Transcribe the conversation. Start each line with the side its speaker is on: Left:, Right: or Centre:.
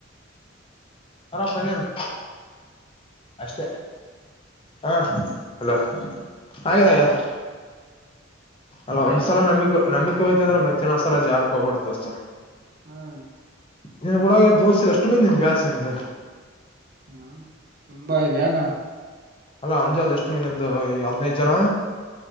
Left: ಅರಾಮ್ ಪಾ ನಿನ್. ಅಷ್ಟೆ ಹ ಅಲೋ ಆಗ್ಯಾದ್
Right: ಹ್ಮ್
Left: ಆಗ್ಯಾದ.. ಅಲ್ಲ
Right: ಅಲ
Left: ಒಂದ್ಸಲ ನಂಬಿಕೆ ನಂಬಿಕೆ ಹೋಯ್ತ್ ಅಂದ್ರ ಮತ್ತೆ ಇನ್ನೋದ್ಸಲ ಆ ಜಾಕ್ ಹೋಗ್ಬಾಡ್ದು ದೋಸ್ತ.
Right: ಹ್ಮ್.
Left: ನಿನ್ ಗುಡಾಗ್ ದೋಸ್ತ್ರ ಎಷ್ಟ್ ಮಂದಿ ಬ್ಯಾಚ್ ನಿಮ್ದ್.
Right: ಹ್ಮ ತುಂಬಾ ಇದೆ ಯಾಕ.
Left: ಅಲ್ಲಾ ಅಂಜಾದ್ ಎಷ್ಟು ಮಂದಿ ಒಂದು ಈ ಹದನೈದ ಜನ